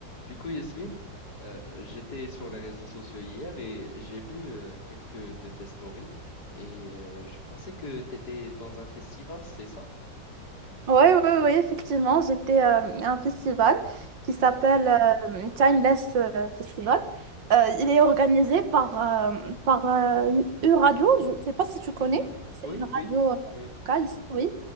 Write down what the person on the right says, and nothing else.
Oui, oui, oui, effectivement, j'étais euh, à un festival qui
s'appelle euh, Timeless euh, Festival. Euh, il est organisé par, euh, par euh, une radio, je ne sais pas si tu connais,
c'est
une
radio euh,
locale, ici, oui.